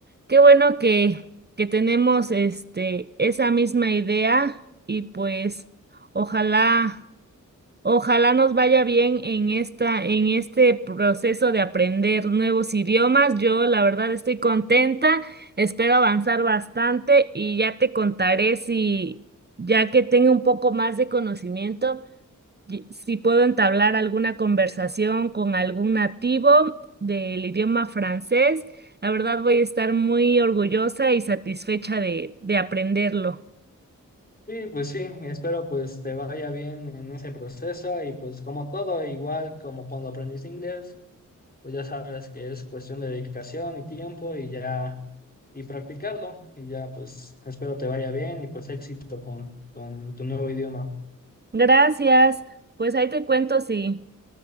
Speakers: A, on the right; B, on the left.
A: qué bueno que, que tenemos este esa misma idea y pues ojalá, ojalá nos vaya bien en esta, en este proceso de aprender nuevos idiomas. Yo la verdad estoy contenta, espero avanzar bastante y ya te contaré si ya que tenga un poco más de conocimiento, y- si puedo entablar alguna conversación con algún nativo del idioma francés, la verdad voy a estar muy orgullosa y satisfecha de, de aprenderlo.
B: Sí, pues sí, espero pues te vaya bien en ese proceso y pues como todo, igual como cuando aprendiste inglés, pues ya sabes que es cuestión de dedicación y tiempo y ya, y practicarlo. Y ya, pues espero te vaya bien y pues éxito con, con tu nuevo idioma.
A: Gracias. Pues ahí te cuento si